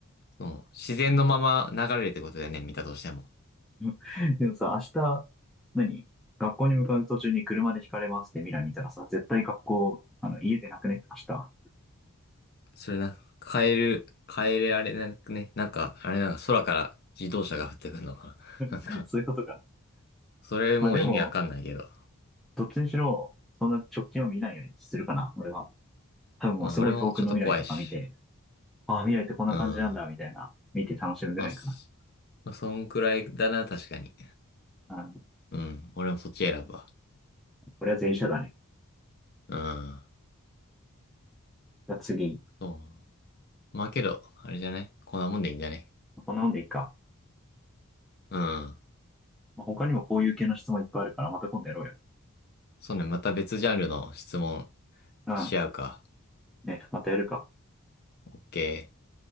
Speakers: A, on the left; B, in the centre.
A: その、自然のまま流れるってことだよね、見たとしても。
B: <laughs> でもさ、明日、何学校に向かう途中に車で引かれますって未来見たらさ、絶対学校、あの、家でなくね明日。
A: それな、カエル、カエルあれなんかね、なんか、あれなんか空から自動車が降ってくるのかな。<laughs> なんか、
B: <laughs> そういうことか。
A: それもう意味わかんないけど。
B: まあでも、どっちにしろ、そんな直近を見ないようにするかな、俺は。多分もうすごい遠くの未来とか見て、
A: まあ俺もちょっと怖いし。
B: ああ、未来ってこんな感じなんだ、
A: うん。
B: みたいな、見て楽しむぐらいかな。
A: まあ、そまあそんくらいだな、確かに。
B: うん。
A: うん。俺もそっち選ぶわ。
B: これは前者だね。
A: うん。
B: じゃあ次。
A: そう。まあけど、あれじゃねこんなもんでいいんじゃね
B: こんなもんでいいか。
A: うん。
B: まあ他にもこういう系の質問いっぱいあるから、また今度やろうよ。
A: そうね、また別ジャンルの質問
B: うん。
A: し合うか。
B: ね、またやるか。
A: オッケー。